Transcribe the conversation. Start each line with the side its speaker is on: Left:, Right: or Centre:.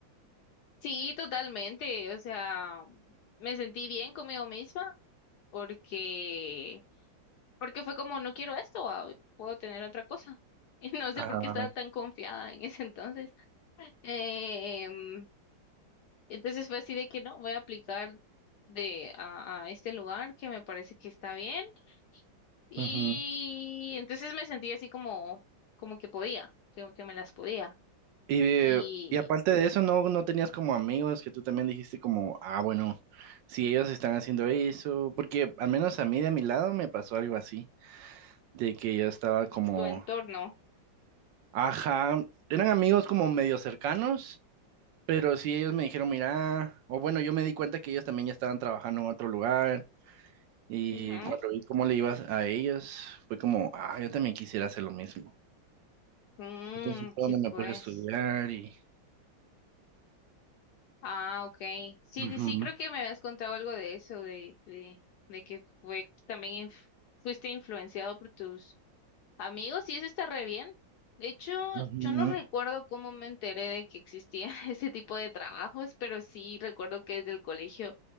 Left: sí, totalmente, o sea, me sentí bien conmigo misma porque, porque fue como, no quiero esto, ah, puedo tener otra cosa. <laughs> Y no sé
Right: Ajá.
Left: por qué estaba tan confiada en ese entonces. Em, entonces fue así de que no, voy a aplicar de a, a este lugar que me parece que está bien. Y
Right: ujú.
Left: entonces me sentí así como, como que podía, que, que me las podía.
Right: Y, de-
Left: y
Right: y aparte de eso, ¿no, no tenías como amigos que tú también dijiste como, ah, bueno, si ellos están haciendo eso, porque al menos a mí de mi lado me pasó algo así, de que yo estaba como,
Left: tu entorno.
Right: ajá, eran amigos como medio cercanos, pero sí ellos me dijeron, mira, o bueno, yo me di cuenta que ellos también ya estaban trabajando en otro lugar y
Left: Ujú.
Right: cuando vi cómo le ibas a ellos, fue como, ah, yo también quisiera hacer lo mismo.
Left: Mm,
Right: Entonces fue
Left: sí,
Right: donde me
Left: pues.
Right: puse a estudiar y...
Left: Ah, ok. Sí,
Right: Ujú,
Left: sí, sí, creo que me habías contado algo de eso, de, de, de que fue también inf- fuiste influenciado por tus amigos y eso está re bien. De hecho,
Right: ujú.
Left: yo no recuerdo cómo me enteré de que existía <laughs> ese tipo de trabajos, pero sí recuerdo que desde el colegio